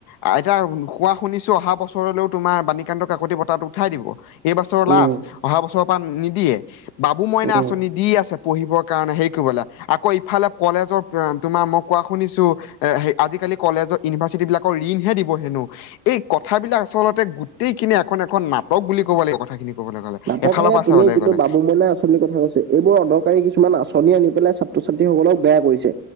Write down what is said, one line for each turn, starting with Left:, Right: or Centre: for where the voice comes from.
Left: আ, এতিয়া কোৱা শুনিছোঁ অহা বছৰলৈও তোমাৰ বাণীকান্ত কাকতি বঁটাটো উঠাই দিব। এইবছৰ লাষ্ট
Right: উম
Left: অহা বছৰৰ পৰা নিদিয়ে বাবু মইনা
Right: উম
Left: আঁচনি দি আছে পঢ়িব কাৰণে হেই কৰিবলে আকৌ ইফালে কলেজৰ <unintelligible> তোমাৰ মই কোৱা শুনিছো এ আজিকালি কলেজৰ ইউনিভাৰ্চিটি বিলাকৰ ঋণহে দিব হেনো এই কথাবিলাক আচলতে গোটেইখিনি এখন- এখন নাটক বুলি ক'ব লাগিব কথাখিনি। ক'বলৈ গ'লে
Right: নাটক
Left: এফালৰ
Right: মানে
Left: পৰা
Right: তুমি
Left: চাবলৈ
Right: যিটো
Left: গ'লে
Right: বাবুমইনা আঁচনিৰ কথা কৈছে এইবোৰ অদৰকাৰী কিছুমান আঁচনি আনি পেলাই ছাত্ৰ -ছাত্ৰীসকলক বেয়া কৰিছে